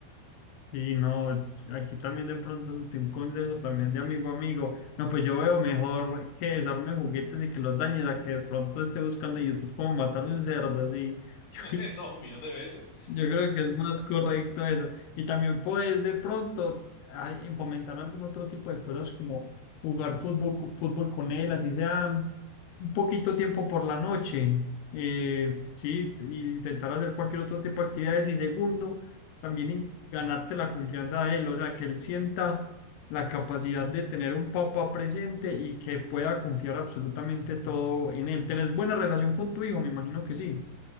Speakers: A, on the left; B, on the left.
A: Sí, no, es- aquí también de pronto ante un consejo también de amigo a amigo. No, pues yo veo mejor que desarme juguetes y que los dañes a que de pronto esté buscando en YouTube cómo matar un cerdo, así. <laughs>
B: <laughs> no, un millón de veces.
A: Yo, creo que es más correcto eso. Y también puedes de pronto ah, fomentar algún otro tipo de cosas como jugar fútbol, co- fútbol con él, así sea un poquito tiempo por la noche. Eh, sí, y intentar hacer cualquier otro tipo de actividades. Y segundo también in- ganarte la confianza de él, o sea, que él sienta la capacidad de tener un papá presente y que pueda confiar absolutamente todo en él. ¿Tenés buena relación con tu hijo? Me imagino que sí.